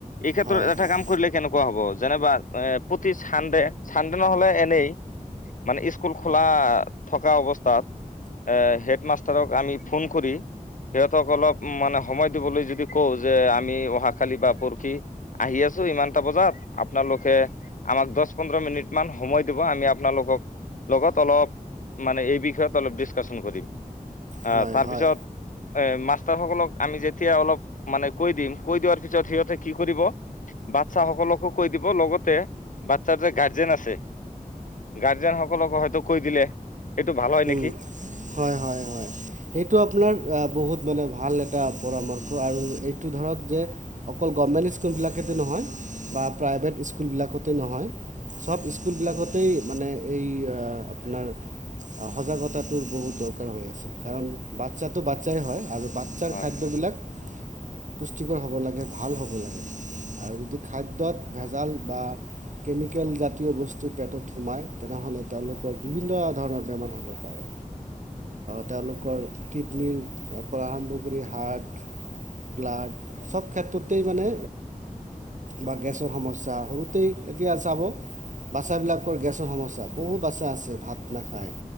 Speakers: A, on the left (about 65°); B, on the right (about 60°).
A: এইক্ষে
B: হয়
A: এটা
B: হয়
A: কাম কৰিলে কেনেকুৱা হ'ব, যেনেবা এ প্ৰতি চানডে, চানডে নহলে এনেই মানে স্কুল খোলা থকা অৱস্থাত এ হেডমাষ্টাৰক আমি ফোন কৰি সিহঁতক অলপ মানে সময় দিবলৈ যদি কওঁ, যে আমি অহাাকালি বা পৰহি আহি আছো ইমান তা বজাত আপোনালোকে আমাক দছ পোন্ধৰ মিনিট মান সময় দিব। আমি আপোনালোকক লগত অলপ মানে এই বিষয়ত অলপ ডিচকাচন কৰিম। আহ,
B: হয়
A: তাৰপিছত
B: হয়
A: এ মাষ্টাৰ সকলক আমি যেতিয়া অলপ মানে কৈ দিম কৈ দিয়াৰ পিছত সিহঁতে কি কৰিব? বাচ্ছা সকলকো কৈ দিব লগতে বাচ্ছাৰ যে গাৰ্জেন আছে। গাৰ্জেন সকলকো হয়তো কৈ দিলে। এইটো ভাল হয়
B: উম,
A: নেকি
B: হয় হয় হয় সেইটো আপনাৰ বহুত বেলেগ ভাল এটা পৰামৰ্শ আৰু এইটো ধৰক যে, অকল গমমেণ্ট স্কুলবিলাকতে নহয় বা প্ৰাইভেট স্কুলবিলাকতে নহয় চব স্কুলবিলাকতেই মানে এই আপোনাৰ সজাগতাটো বহুত দৰকাৰ হৈ আছে। কাৰণ বাচ্ছাটো বাচ্ছাই হয় আৰু বাচ্ছাৰ
A: হয়
B: খাদ্যবিলাক
A: হয়
B: পুষ্টিকৰ হ'ব, লাগে ভাল হ'ব, লাগে আৰু যদি খাদ্যত ভেজাল বা কেমিকেল জাতীয় বস্তু, পেটত সোমায় তেনেহ'লে তেওঁলোকৰ বিভিন্ন ধৰণৰ বেমাৰ হব পাৰে তেওঁলোকৰ কিডনী পৰা আৰম্ভ কৰি হাৰ্ট প্লাট চব ক্ষেত্ৰটেই মানে বা গেছৰ সমস্যা সৰুতেই এতিয়া চাব বাচ্ছা বিলাকৰ গেছৰ সমস্যা। বহু বাচ্ছা আছে ভাত নাখায়